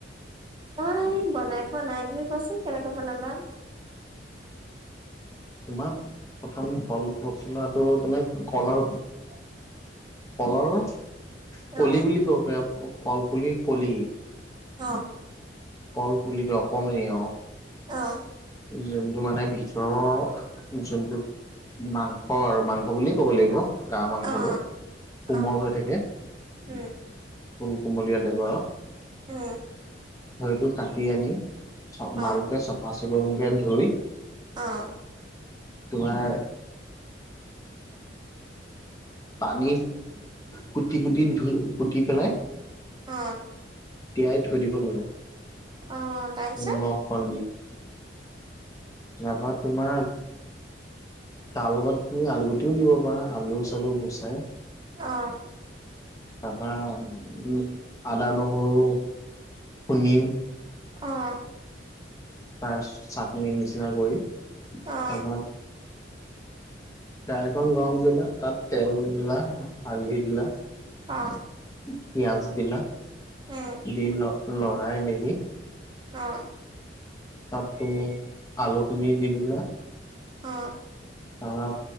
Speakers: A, on the right (about 25°); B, on the left (about 20°).
A: মই বনাই পোৱা নাই তুমি কোৱাচোন কেনেকে বনাবা?
B: তোমাৰ প্ৰথম কলপচলাটো তমে কলৰ
A: <unintelligible>
B: কলৰ
A: অ
B: কলি বুলি কব পাৰি কলপুলি কলি।
A: অ'।
B: কল পুলিটো অকমানি আৰু।
A: অ'।
B: যোনটো মানে ভিতৰৰ যোনটো মাংস আৰু মাংস বুলিয় ক'ব লাগিব। গা মাংসটো
A: অ
B: কোমল
A: অ
B: হৈ থাকে।
A: উম
B: ফুল কুমলীয়া টাইপৰ আৰু।
A: উম
B: হেইটো কাটি আনি চ
A: অ
B: ভালকে চাফা চিকুণকে ধুই
A: অ'।
B: তোমাৰ পানীত কুটি কুটি ধুই কুটি পেলাই
A: অ'।
B: তিয়াই থৈ দিব লাগে
A: অ', তাৰপিছত
B: নিমখ অকণ দি তাৰপা তোমাৰ তাৰ লগত তুমি আলুগুটিও দিব পাৰা আলু চালু গুচাই।
A: আহ।
B: তাৰ পৰা উ আদা নহৰু খুন্দি।
A: অ'।
B: তাৰ চাটনি নিচিনা কৰি
A: অ',
B: তাৰপত তাৱাখন গৰম কৰিলা তাত তেল দিলা। হালধি দিলা
A: অ',
B: পিয়াজ দিলা
A: উম,
B: দি লৈ লৰাই মেলি
A: অ'।
B: তাত তুমি আলুখিনি দি দিলা।
A: অ'।
B: তৰপা